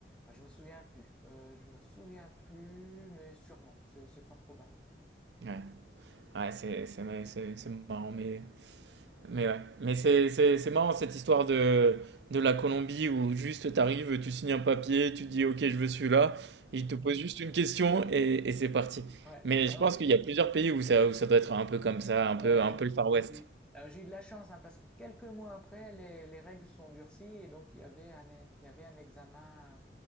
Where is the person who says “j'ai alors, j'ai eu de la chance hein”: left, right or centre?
Centre